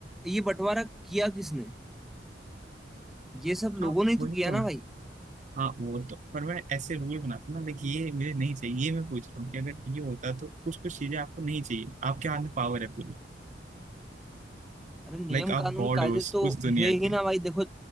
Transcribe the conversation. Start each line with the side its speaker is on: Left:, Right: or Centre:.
Centre: ये बंटवारा किया किसने ये सब
Right: हाँ
Centre: लोगों ने ही तो
Right: वही
Centre: किया
Right: तो
Centre: ना भाई
Right: हाँ वो तो पर मैं ऐसे रूल बनाता हूँ ना देखिए ये मुझे नहीं चाहिए ये मैं पूछ रहा हूँ कि अगर ये होता तो कुछ कुछ चीजें आपको नहीं चाहिए आपके हाथ में पावर है पूरी
Centre: अरे नियम
Right: लाइक आप
Centre: कानून
Right: गॉड
Centre: कायदे
Right: हो उस,
Centre: तो
Right: उस दुनिया
Centre: है
Right: के
Centre: ही ना भाई देखो